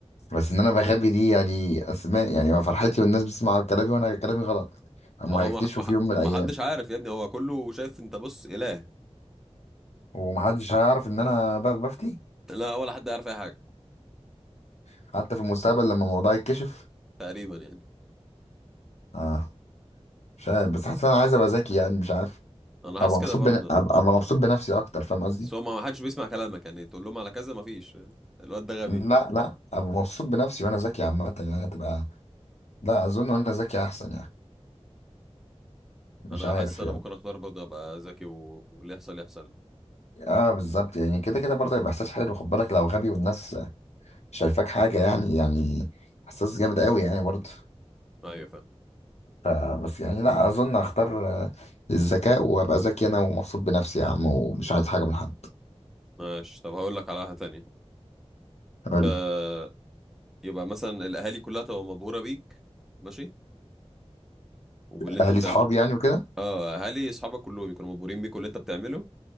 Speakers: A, on the left; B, in the centre.
A: بس ان انا بخبي دي يعني اسماء يعني ما فرحتي والناس بتسمع كلامي وانا كلامي غلط هم
B: ما
A: هيكتشفوا
B: هو ما ما
A: في يوم من
B: ما
A: الايام
B: حدش عارف يا ابني هو كله شايف انت بص اله
A: ومحدش هيعرف ان انا ب- بفتي
B: لا ولا حد عارف اي حاجه
A: حتى في المستقبل لما الموضوع يتكشف
B: تقريبا يعني
A: اه مش عارف بس حاسس إن انا عايز ابقى ذكي يعني مش عارف
B: انا حاسس
A: ابقى مبسوط
B: كده برضه
A: بن... ابقى أبقى مبسوط بنفسي اكتر فاهم قصدي
B: بس هو ما ما حدش بيسمع كلامك يعني تقول لهم على كذا ما فيش الواد ده غبي
A: لا لا ابقى مبسوط بنفسي وانا ذكي عامه يعني هتبقى لا اظن وانا ذكي احسن يعني
B: انا
A: مش عارف
B: حاسس انا
A: يعني
B: ممكن اختار برضه ابقى ذكي و- واللي يحصل يحصل
A: اه بالظبط يعني كده كده برضه هيبقى احساس حلو خد بالك لو غبي والناس شايفاك حاجه يعني يعني احساس جامد قوي يعني برضه
B: ايوه فاهم
A: ف- بس يعني لا اظن هختار آه، الذكاء وابقى ذكي انا ومبسوط بنفسي يا عم ومش عايز حاجه من حد
B: ماشي طب هقول لك على واحده تانية
A: قول
B: ت-
A: لي
B: يبقى مثلا الاهالي كلها تبقى مبهوره بيك ماشي وباللي انت
A: اهلي
B: بتعمل
A: صحابي يعني وكده
B: اه اهالي اصحابك كلهم يكونوا مبهورين بيك واللي انت بتعمله